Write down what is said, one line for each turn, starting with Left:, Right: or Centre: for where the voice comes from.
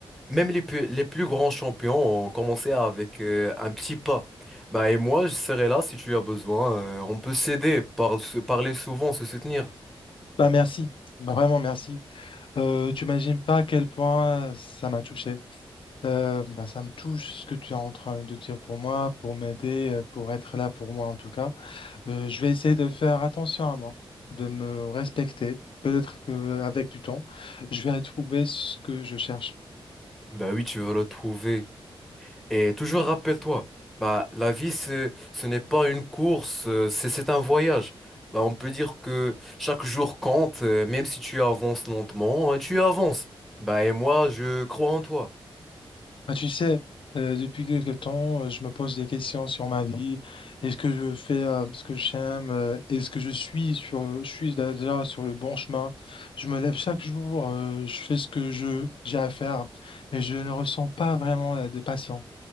Centre: Même les plus, les plus grands champions ont commencé avec euh, un petit pas. Bah, et moi, je serai là si tu as besoin. euh, on peut s'aider, par, se parler souvent, se soutenir.
Left: Bah, merci. Bah, vraiment, merci. Euh, tu imagines pas à quel point ça m'a touché. Euh, bah, ça me touche ce que tu es en train de dire pour moi, pour m'aider, euh, pour être là pour moi en tout cas. Euh, je vais essayer de faire attention à moi, de me respecter. Peut-être qu'avec du temps, je vais trouver ce que je cherche.
Centre: Bah oui, tu vas le trouver. Et toujours rappelle-toi, bah la vie, c'est, ce n'est pas une course, euh, c'est, c'est un voyage. Bah, on peut dire que chaque jour compte, euh, même si tu avances lentement, euh, tu avances. Bah, et moi, je crois en toi.
Left: Ah, tu sais, euh, depuis quelque temps, euh, je me pose des questions sur ma vie. Est-ce que je fais euh, ce que j'aime? euh, Est-ce que je suis sur, je suis déjà sur le bon chemin? Je me lève chaque jour, euh, je fais ce que je, j'ai à faire, mais je ne ressens pas vraiment la de passion.